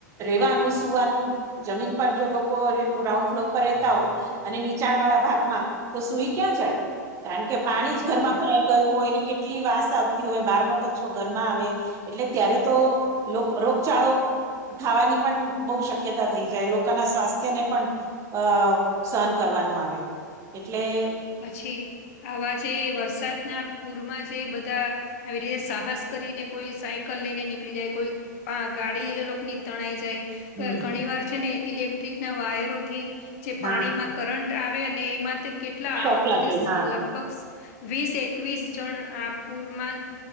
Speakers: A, on the right (about 30°); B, on the left (about 50°).
A: રેવાનું સુવાનું જમીન પર જો લોકો ગ્રાઉન્ડ ફ્લોર પર રહેેતા હોય- - અને નીચાણ વાળા ભાગમાં તો સુઈ ક્યાં જાય કારણ કે પાણી જ ઘરમાં
B: બરાબર.
A: ભરાય- - કયું હોયને કેટલી વાસ આવતી હોય બાર ન કચરો ઘરમાં આવે એટલે ત્યારે તો- - રોગચાળો થાવાની પણ બહુ શક્યતા થઈ જાય લોકોના સ્વાસ્થ્યને પણ- - અ સહન કરવાનું આવે એટલે- -
B: પછી આવા જે વરસાદના પૂરમાં જે બધા- - આવી રીતે સાહસ કરીને કોઈ સાયકલ લઈને નીકળી જાય કોઈ- - માં ગાડી એ લોક ની તણાઈ જાય.
A: હમ
B: ઘણી વાર છે ઇલેક્ટ્રિક ના વાયરોથી જે
A: હા
B: પાણીમાં. કરંટ આવે અને એમાંથી કેટલા
A: શોક
B: આ વખતે
A: લાગે
B: સે
A: હા
B: લગ પક્ષ વીસ એકવીસ જણ આ પુરમાં